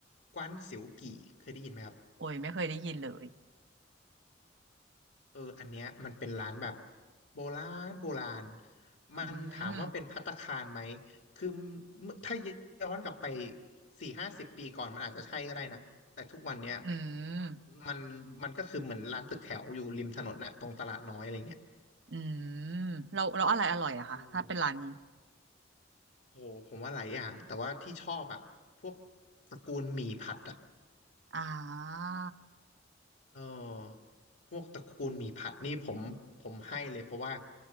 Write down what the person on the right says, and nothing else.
โอ้ยไม่เคยได้ยินเลย
อืม
อืม
อืมเราเราอะไรอร่อยอะคะถ้าเป็นร้านนี้
อ่า